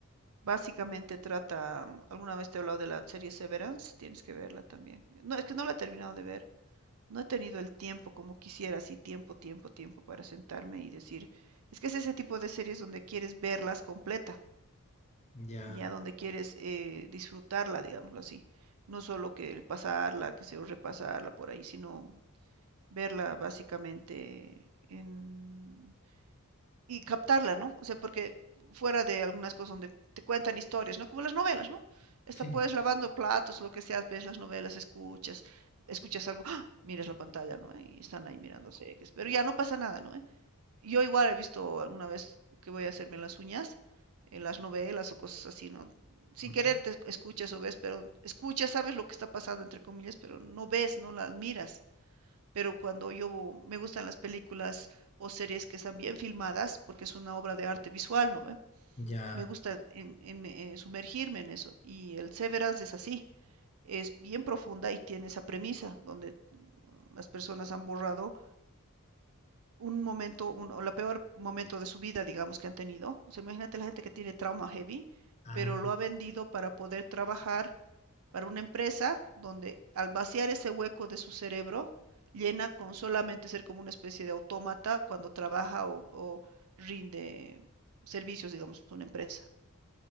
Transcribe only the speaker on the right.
básicamente trata, alguna vez te he hablado de la serie Severance, tienes que verla también. No, es que no la he terminado de ver. No he tenido el tiempo como quisiera, así tiempo, tiempo, tiempo para sentarme y decir, es que es ese tipo de series donde quieres verlas completa,
ya donde quieres eh, disfrutarla, digámoslo así. No solo que pasarla, que se repasarla por ahí, sino verla básicamente en y captarla, ¿no? O sea, porque fuera de algunas cosas donde te cuentan historias, ¿no? Como las novelas, ¿no? Esta
puedes lavando platos, lo que sea, ves las novelas, escuchas, escuchas algo, ¡ah! miras la pantalla, ¿no? ¿Eh? Y están ahí mirándose, pero ya no pasa nada, ¿no? ¿Eh? Yo igual he visto alguna vez que voy a hacerme las uñas, en las novelas o cosas así, ¿no? Sin
querer te escuchas o ves, pero escuchas, sabes lo que está pasando, entre comillas, pero no ves, no la miras pero cuando yo me gustan las películas o series que están bien filmadas, porque es una obra de arte visual, ¿no ve?
Me gusta en- en- eh, sumergirme en eso. Y el Severance es así, es bien profunda y tiene esa premisa, donde mm, las personas han borrado un momento, un, o la peor momento de su vida, digamos, que han tenido. O sea, imagínate la gente que tiene trauma heavy,
pero lo ha vendido para poder trabajar para una empresa donde al vaciar ese hueco de su cerebro, llena con solamente ser como una especie de autómata cuando trabaja o, o rinde servicios, digamos, a una empresa.